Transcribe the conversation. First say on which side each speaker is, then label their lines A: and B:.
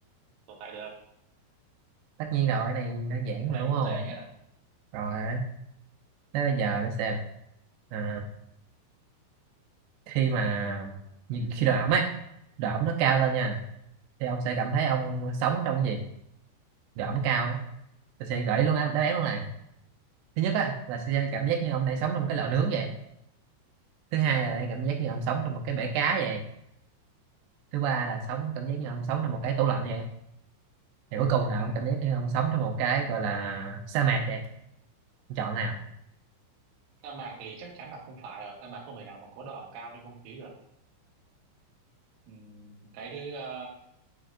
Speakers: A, on the right; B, on the right.
A: tồn tại được
B: tất nhiên rồi cái này đơn giản
A: cái
B: mà
A: này
B: đúng
A: cũng
B: không
A: dễ nhỉ
B: rồi thế bây giờ để xem à, khi mà như- khi độ ẩm ấy độ ẩm nó cao lên nha thì ông sẽ cảm thấy ông sống trong cái gì độ ẩm cao á tôi sẽ gợi ý luôn á, đáp án
A: Không.
B: luôn này thứ nhất á
A: ừ.
B: là sẽ cảm giác như ông đang sống trong một cái lò nướng vậy thứ hai
A: Đâu.
B: là đang cảm giác như ông sống trong một cái bể cá vậy thứ ba là sống cảm giác như ông sống trong một cái tủ lạnh vậy thì cuối cùng là
A: Ừ.
B: ông cảm giác như ông sống trong một cái gọi là sa mạc vậy ông chọn nào
A: sa mạc thì chắc chắn là không phải rồi sa mạc không thể nào mà có độ ẩm cao trong không khí được ừ. cái thứ ờ,